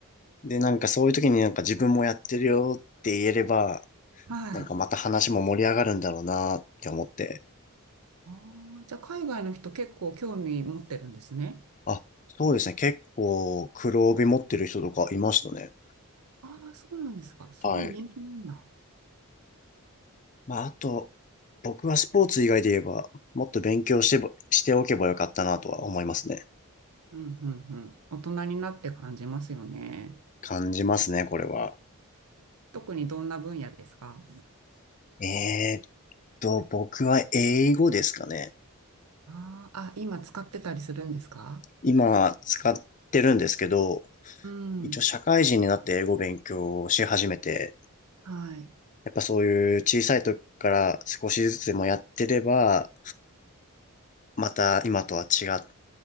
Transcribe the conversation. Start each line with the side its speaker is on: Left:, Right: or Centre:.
Left: で、なんかそういう時になんか自分もやってるよって言えれば、
Right: はい。
Left: なんかまた話も盛り上がるんだろうなって思って。
Right: ああ、じゃあ海外の人結構興味持ってるんですね。
Left: あ、そうですね、結構黒帯持ってる人とかいましたね。
Right: ああ、そうなんですか。すごい人気なんだ。
Left: はい。まあ、あと、僕はスポーツ以外で言えば、もっと勉強してば、しておけばよかったなとは思いますね。
Right: うんうんうん。大人になって感じますよね。
Left: 感じますね、これは。
Right: 特にどんな分野ですか
Left: えーっと、僕は英語ですかね。
Right: あーあ、今使ってたりするんですか
Left: 今、使ってるんですけど、
Right: うん。
Left: 一応社会人になって英語勉強をし始めて、
Right: はい。
Left: やっぱそういう小さい時から少しずつでもやってれば、また今とは違っ